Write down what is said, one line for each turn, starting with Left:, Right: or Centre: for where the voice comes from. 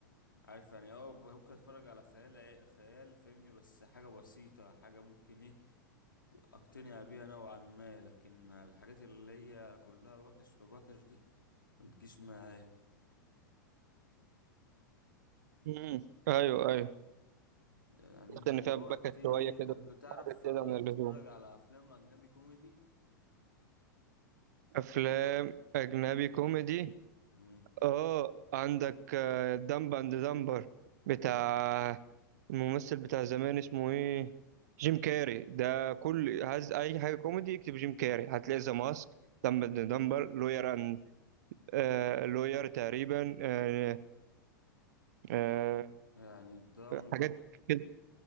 Left: عارف يعني اه ممكن اتفرج على خيال عي- خيال فاهمني بس حاجة بسيطة حاجة ممكن ايه اقتنع بيها نوعا ما لكن الحاجات اللي هي كلها بكش في بكش دي ما بتجيش معايا
Right: امم ايوه ايوه
Left: يعني
Right: بس
Left: انت
Right: ان
Left: دلوقتي
Right: فيها باكت شويه
Left: ده
Right: كده
Left: بتعرف
Right: حاجات كده
Left: آه،
Right: من
Left: تتفرج
Right: اللزوم
Left: على افلام اجنبي كوميدي
Right: افلام اجنبي كوميدي
Left: مم.
Right: اه عندك دمب اند دمبر بتاع الممثل بتاع زمان اسمه ايه جيم كاري ده كل عايز اي حاجه كوميدي اكتب جيم كاري هتلاقي ذا ماسك دمب اند دمبر لوير آه لوير تقريبا آه آه
Left: يعني دمب
Right: حاجات كده